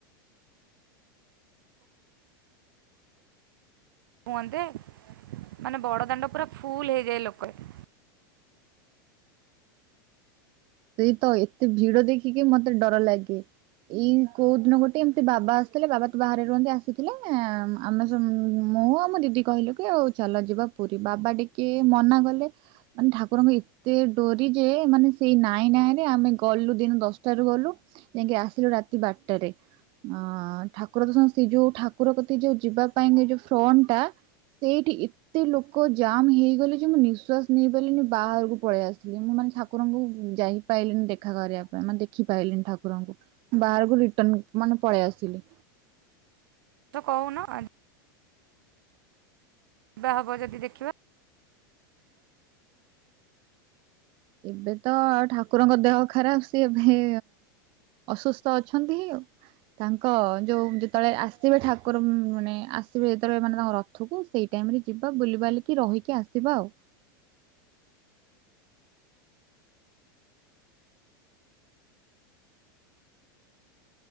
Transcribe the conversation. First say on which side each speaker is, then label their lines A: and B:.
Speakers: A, on the right (about 75°); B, on the right (about 50°).
A: ହୁଅନ୍ତେ। ମାନେ ବଡ଼ଦାଣ୍ଡ ପୁରା ଫୁଲ ହେଇଯାଏ ଲୋକରେ।
B: ସେଇ ତ ଏତେ ଭିଡ ଦେଖିକି ମତେ ଡର ଲାଗେ। ଏଇ କୋଉ ଦିନ ଗୋଟେ ଏମିତି ବାବା ଆସିଥିଲେ। ବାବା ତ ବାହାରେ ରୁହନ୍ତି ଆସିଥିଲେ। ଆମେ ସମ, ମୁଁ ଆଉ ମୋ ଦିଦି କହିଲୁ କି ଆଉ ଚାଲ ଯିବା ପୁରୀ। ବାବା ଟିକେ ମନା କଲେ ମାନେ ଠାକୁରଙ୍କୁ ଏତେ ଡୋରି ଯେ ମାନେ ସେଇ ନାଇଁ ନାଇଁ ନାଇଁରେ ଆମେ ଗଲୁ। ଦିନ ଦଶଟାରୁ ଗଲୁ, ଯାଇକି ଆସିଲୁ ରାତି ବାରଟାରେ। ଅ ଠାକୁର ତ ସମସ୍ତେ ଯୋଉ ଠାକୁର କତି ଯୋଉ ଯିବା ପାଇଁ ଯୋଉ ଫ୍ରଣ୍ଟ ଟା ସେଇଠି ଏ ଏତେ ଲୋକ ଜାମ୍ ହେଇଗଲେ ଯେ ମୁଁ ନିଃଶ୍ବାସ ନେଇପାରିଲିନ, ବାହାରକୁ ପଳେଇ ଆସିଲି। ମୁଁ ମାନେ ଠାକୁରଙ୍କୁ ଯାଇ ପାଇଲିନି ଦେଖା କରିବା ପାଇଁ। ମାନେ ଦେଖିପାଇଲିନି ଠାକୁରଙ୍କୁ। ବାହାରକୁ ରିଟର୍ଣ ମାନେ ପଳେଇ ଆସିଲି।
A: ତ କହୁନ ଆ ଯିବା ହବ ଯଦି ଦେଖିବା।
B: ଏବେ ତ ଠାକୁରଙ୍କ ଦେହ ଖରାପ। ସିଏ ଏବେ ଅସୁସ୍ଥ ଅଛନ୍ତିି ତାଙ୍କ ଯୋଉ ଯେତେବେଳେ ଆସିବେ ଠାକୁର ମାନେ ଆସିବେ ଯେତେବେଳେ ମାନେ ତାଙ୍କ ରଥ ରଥକୁ ସେଇ ଟାଇମ୍ ରେ ଯିବା ବୁଲିବାଲିକି ରହିକି ଆସିବା ଆଉ।